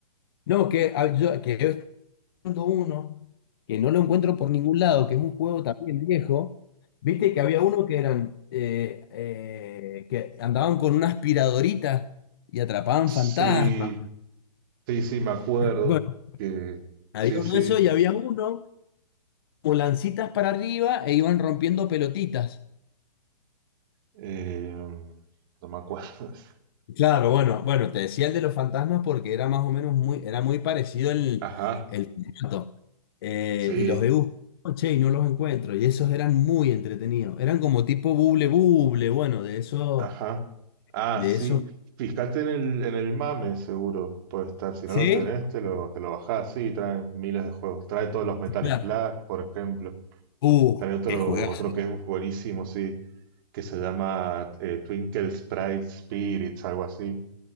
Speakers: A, on the left; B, on the right.
A: No, que, ah, yo, que uno que no lo encuentro por ningún lado, que es un juego también viejo. Viste que había uno que eran eh, eh, que andaban con una aspiradorita y atrapaban
B: Sí,
A: fantasmas.
B: Sí, sí, me acuerdo
A: Bueno,
B: que
A: había
B: sí, sí,
A: uno de esos y había uno con lancitas para arriba e iban rompiendo pelotitas.
B: eh, no me acuerdo. <laughs>
A: Claro, bueno, bueno, te decía el de los fantasmas porque era más o menos muy, era muy parecido el,
B: Ajá,
A: el formato. eh,
B: sí,
A: y los he buscado, che, y no los encuentro. Y esos eran muy entretenidos. Eran como tipo buble buble, bueno, de esos,
B: ajá. Ah,
A: de
B: sí,
A: esos.
B: fíjate en el, en el MAME, seguro puede estar. Si
A: ¿Sí?
B: no lo tenés, te lo, te lo bajás. Sí, trae miles de juegos. Trae todos los Metales
A: Claro.
B: Black, por ejemplo.
A: Uh,
B: Trae otro,
A: qué juegazo.
B: otro que es buenísimo, sí, que se llama eh, Twinkle Sprite Spirits, algo así.